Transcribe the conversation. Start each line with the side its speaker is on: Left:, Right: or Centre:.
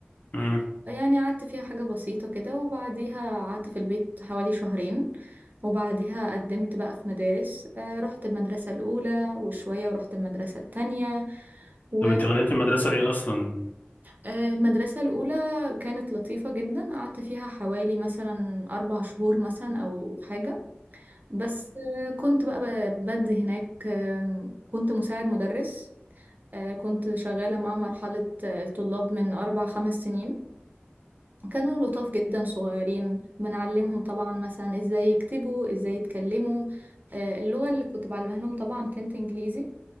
Left: امم
Right: يعني قعدت فيها حاجة بسيطة كده وبعديها قعدت في البيت حوالي شهرين وبعديها قدمت بقى في مدارس آه، رحت المدرسة الأولى وشوية ورحت المدرسة التانية و
Left: طب انت غيرتي المدرسة ليه اصلا
Right: آه، المدرسة الأولى كانت لطيفة جدا قعدت فيها حوالي مثلا أربع شهور مثلا أو حاجة بس آه، كنت بقى ب- بدي هناك آم، كنت مساعد مدرس آه، كنت شغالة مع مرحلة آه، الطلاب من أربع خمس سنين كانوا لطاف جدا صغيرين بنعلمهم طبعا مثلا ازاي يكتبوا ازاي يتكلموا آه، اللغة اللي كنت بعلمها لهم طبعا كانت انجليزي